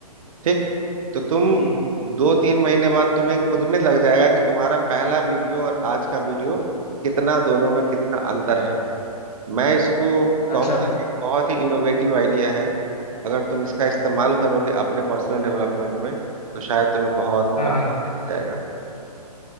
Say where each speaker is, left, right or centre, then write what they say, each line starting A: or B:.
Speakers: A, on the right; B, on the left.
A: ठीक तो तुम
B: ठीक है
A: दो तीन महीने बाद तुम्हें खुद में लग जाएगा कि तुम्हारा पहला वीडियो और आज का वीडियो कितना दोनों में कितना अंतर है मैं इसको
B: अच्छा
A: कहूंगा एक बहुत ही इनोवेटिव आइडिया है अगर तुम इसका इस्तेमाल करोगे अपने पर्सनल डेवलपमेंट में तो शायद तुम्हें बहुत
B: हाँ
A: बहुत
B: हाँ
A: आगे ले जाएगा